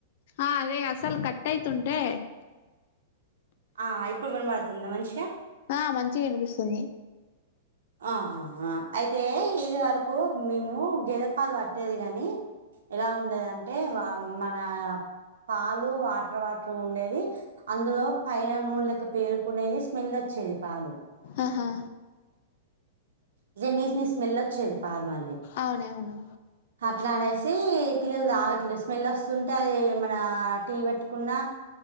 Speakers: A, on the left; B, on the right.
A: ఆ అదే అసలు కట్ అయితుంటే.
B: ఆ ఇప్పుడు వినబడుతుందా మంచిగా.
A: ఆ మంచిగా వినిపిస్తుంది.
B: ఆహా అయితే ఇది వరకు మేము గేదె పాలు పట్టేది గాని ఎలా ఉండేదంటే వా మన పాలు వాటర్ వాటరుగా ఉండేది. అందులో పైన నూనె లెక్క పేరుకునేది, స్మెల్ వచ్చేది పాలు.
A: హహా
B: ఇగ నీస్ నీస్ స్మెల్ వచ్చేది పాలు మా
A: అవునవును.
B: అట్లా అనేసి పిల్లలు తాగట్లేదు స్మెల్ వస్తుంటే అది మన టీ పెట్టుకున్న